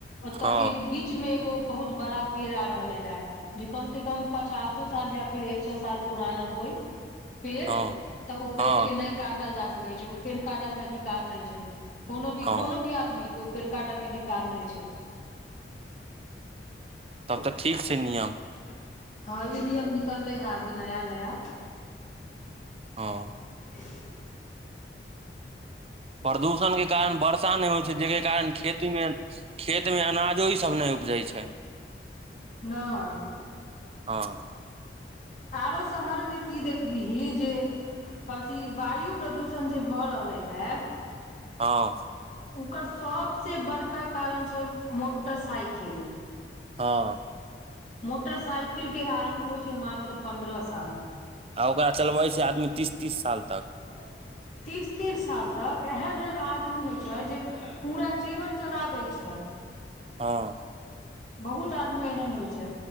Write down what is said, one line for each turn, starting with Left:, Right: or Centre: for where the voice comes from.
Left: ओतए
Right: हँ
Left: के बीच में एगो बहुत बड़ा पेड़ आ रहले हे। जे कम से कम पचासो साल या फिर एक सए साल पुराना होइ। पेड़
Right: हँ
Left: तऽ ओ पेड़
Right: हँ
Left: के नहि काट ल जा सकै छै, ओ पेड़ काटे के अधिकार नहि छै, कोनो भी
Right: हँ
Left: कोनो भी आदमी के। के ऊ पेर काटऽ के अधिकार नहि छै।
Right: तब तऽ ठीक छै नियम।
Left: हँ ई नियम निकलले है अभी नया- नया।
Right: हॅंऽ।
Left: ह <inaudible>
Right: प्रदूषण के कारण वर्षा नै होइ छै, जेके कारण खेती में खेत मे अनाजो ई सब नहि उपजै छै।
Left: नय।
Right: हँ।
Left: आरो शहर में की देखबीही जे अथी वायु प्रदूषण जे भऽ रहले हे।
Right: हँ
Left: ओकर सबसे बड़का कारण छै मोटरसाइकिल।
Right: हँ।
Left: मोटरसाइकिल के आयु होइ छै मात्र पन्द्रह साल।
Right: आ ओकरा चलबै छै आदमी तीस- तीस साल तक।
Left: <unintelligible> तीस- तीस साल तक, एहन- एहन आदमी होइ छै जे, पूरा जीवन चला दै छै।
Right: हँ।
Left: बहुत आदमी एहन होइ छै।